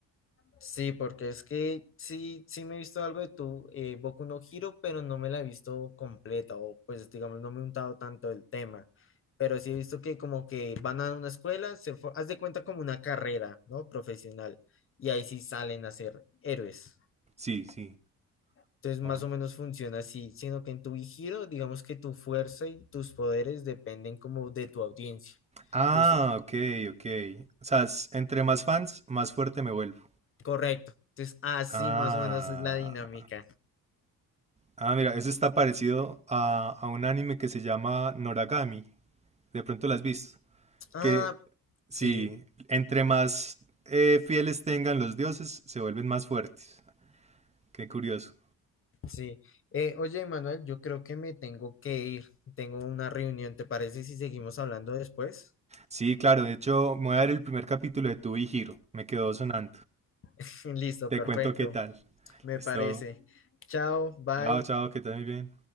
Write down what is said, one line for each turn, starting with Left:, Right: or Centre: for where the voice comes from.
Left: Sí, porque es que sí, sí me he visto algo de tu eh, Boku no Hero, pero no me la he visto completa, o pues digamos, no me he untado tanto el tema. Pero sí he visto que como que van a una escuela, se for- haz de cuenta como una carrera, ¿no? Profesional, y ahí sí salen a ser héroes.
Right: Sí, sí.
Left: Entonces, más
Right: Ah,
Left: o menos funciona así, sino que en tu giro digamos que tu fuerza y tus poderes dependen como de tu audiencia.
Right: Ah,
Left: Entonces,
Right: ok, ok. O sea, es- entre más fans, más fuerte me vuelvo.
Left: correcto. Entonces, así
Right: Ah,
Left: más o menos es la dinámica.
Right: ah, mira, eso está parecido a, a un anime que se llama Noragami. de pronto las has visto,
Left: Ah,
Right: que sí,
Left: sí,
Right: entre más eh, fieles tengan los dioses, se vuelven más fuertes. Qué curioso.
Left: sí. Eh, oye, Manuel, yo creo que me tengo que ir. Tengo una reunión, ¿te parece si seguimos hablando después?
Right: Sí, claro, de hecho, me voy a dar el primer capítulo de Tu y Giro. Me quedó sonando.
Left: <laughs> Listo,
Right: Te
Left: perfecto.
Right: cuento qué tal.
Left: Me
Right: Listo.
Left: parece. Chao, bye.
Right: Chao, chao, que tal muy bien.